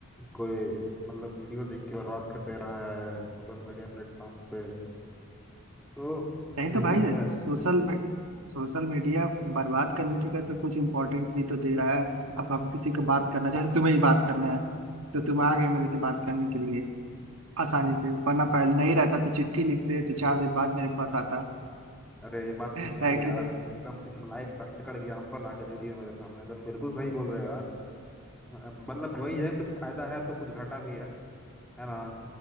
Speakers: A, in the centre; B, on the right.
A: कोई मतलब वीडियो देख के बर्बाद कर दे रहा है सोशल मीडिया प्लेटफॉर्म्स पे तो हम्म,
B: नहीं तो
A: यही
B: भाई
A: है
B: सोशल में सोशल मीडिया बर्बाद करने की तो कुछ इम्पोर्टेंट भी तो दे रहा है अब हम किसी को बात करना जैसे तुम्हें ही बात करना है तो तुम आ गए मेरे से बात करने के लिए आसानी
A: हम्म,
B: से वरना पहले नहीं रहता तो चिट्ठी लिखते तो चार दिन बाद मेरे पास आता
A: अरे ये बात
B: है
A: भी सही है यार
B: कि नहीं
A: एकदम तुम लाइव प्रैक्टिकल एग्जाम्पल आके दे दियो मेरे सामने एकदम बिल्कुल सही बोल रहे हो यार अ, मतलब वही
B: हम्म।
A: है कुछ फायदा है तो कुछ घाटा भी है है ना